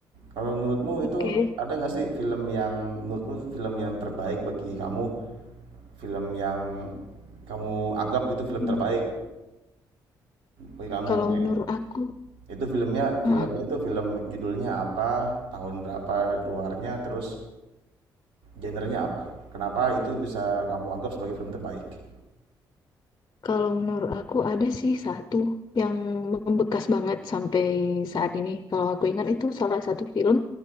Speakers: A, on the right; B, on the left.
A: Kalau menurutmu
B: Oke.
A: itu ada nggak sih film yang menurutmu film yang terbaik bagi kamu? Film yang kamu anggap itu film
B: Hmm,
A: terbaik bagi kamu?
B: Kalau
A: Eh,
B: menurut aku,
A: Itu filmnya,
B: uh-uh.
A: filmnya itu film judulnya apa, tahun berapa keluarnya, terus Genrenya apa? Kenapa itu bisa kamu anggap sebagai film terbaik?
B: Kalau menurut aku ada sih satu yang membekas banget sampai saat ini. Kalau aku ingat itu salah satu film